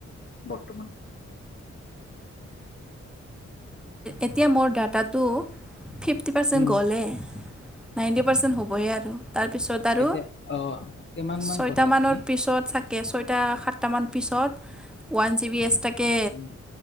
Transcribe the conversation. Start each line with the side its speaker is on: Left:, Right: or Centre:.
Left: বৰ্তমান।
Centre: এতিয়া মোৰ ডাটাটো ফিফটি পাৰ্চেণ্ট
Left: উম
Centre: গ'লে। নাইনটি পাৰ্চেণ্ট হ'বই আৰু। তাৰপিছত আৰু
Left: এতিয়া অহ কিমান মান
Centre: ছয়টামানৰ
Left: ভৰাই আপুনি
Centre: পিছত থাক কে ছয়টা সাতটামান পিছত ওৱান জি বি এছটাকে
Left: উম